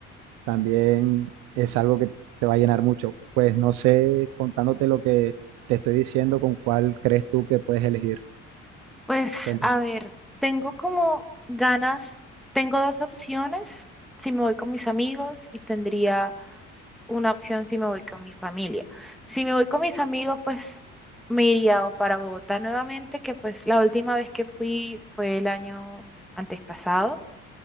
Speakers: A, on the right; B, in the centre.
A: también es algo que te va a llenar mucho. Pues no sé, contándote lo que te estoy diciendo, con cuál crees tú que puedes elegir.
B: Pues
A: Cuéntame.
B: a ver, tengo como ganas, tengo dos opciones, si me voy con mis amigos y tendría una opción si me voy con mi familia. Si me voy con mis amigos, pues me iría o para Bogotá nuevamente, que pues la última vez que fui fue el año antes pasado.